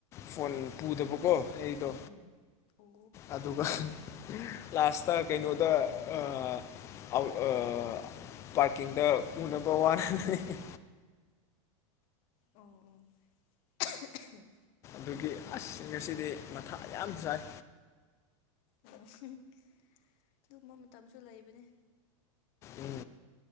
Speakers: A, on the left (about 15°); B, on the left (about 35°).
A: ꯐꯣꯟ ꯄꯨꯗꯕꯀꯣ ꯑꯩꯗꯣ
B: ꯎꯝ ꯑꯣ
A: ꯑꯗꯨꯒ ꯂꯥꯁꯇ ꯀꯩꯅꯣꯗ ꯑꯥ ꯑꯥꯎ ꯑꯥ ꯄꯥꯔꯀꯤꯡꯗ ꯎꯅꯕ ꯋꯥꯅꯦ <unintelligible>
B: ꯑꯣ ꯑꯣ <unintelligible>
A: ꯗꯨꯒꯤ ꯑꯁ ꯉꯁꯤꯗꯤ ꯃꯊꯥ ꯌꯥꯝ ꯁꯥꯏ
B: ꯑꯣ <unintelligible> ꯇꯨꯝꯕ ꯃꯇꯝꯁꯨ ꯂꯩꯕꯅꯦ
A: ꯎꯝ